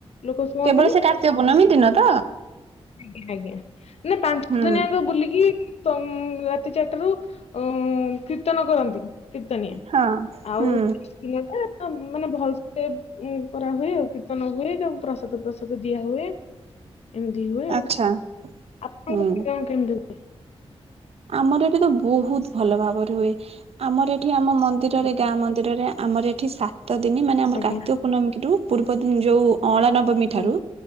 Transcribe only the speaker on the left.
ଲୋକ ଶୁଅନ୍ତିନି।
ଆଜ୍ଞା,
ଆଜ୍ଞା। ନା ପାଞ୍ଚ
ଦିନିଆଙ୍କ ବୁଲିକି ଚ ତି ଚାରିଟାରୁ ଅଂଗ କୀର୍ତ୍ତନ କରନ୍ତି। କୀର୍ତ୍ତନିଆ,
ଆଉ
<unintelligible> ଟା ମାନେ ଭଲ ଏ ଉ କରାହୁୁଏ। କୀର୍ତ୍ତନ ହୁଏ ସବୁ ପ୍ରସାଦ ପ୍ରସାଦ ଦିଆ ହୁଏ ଏମିତି ହୁଏ ଆଉ।
ଆପଣଙ୍କ
ଗାଁରେ କେମତି ହୁଏ?
ହୁଏ?
ଆଜ୍ଞା
ହୁଁ